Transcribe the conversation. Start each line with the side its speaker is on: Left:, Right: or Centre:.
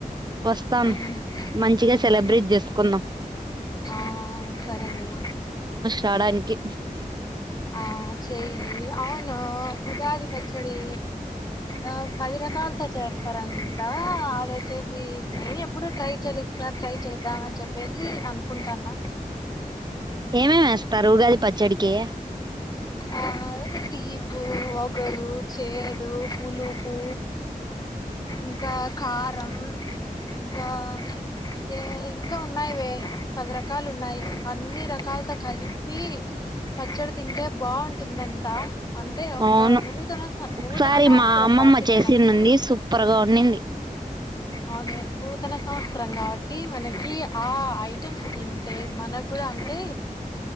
Right: వస్తాం
Left: ఉమ్
Right: మంచిగ
Left: ఉమ్
Right: సెలబ్రేట్ జేస్కుందాం
Left: ఆ సరే నే
Right: తాడాన్కి
Left: ఆ చేయి అవును ఉగాది పచ్చడి ఆ పది రకాలతో చేస్తారంట అదొచ్చేసి నేను ఎప్పుడు ట్రై చెయిలే ఇ సారి ట్రై చేద్దామ్ అని చెప్పేసి అనుకుంటానా
Right: ఏమేమి ఏస్తారు ఉగాది పచ్చడికి
Left: ఆ అది తీపు వగరు చేదు పులుపు ఇంకా కారం ఇంకా ఏ ఇంకా ఉన్నాయివే పది రకాలు ఉన్నాయి అ అన్ని రకాల్తొ కలిపి పచ్చడ అంటే బాగుంటుందంట అంటే ఒక
Right: అవును
Left: నూతన స
Right: ఒకసారి
Left: నూతన సంవస్రం
Right: మా అమ్మమ్మ
Left: కాబట్టి
Right: చేసిందండి
Left: మనకు
Right: సూపర్ గా ఉండింది
Left: అవునే నూతన సంవత్సరం కాబట్టి మనకి ఆ ఐటమ్స్ తింటే మనకు కూడా అంటే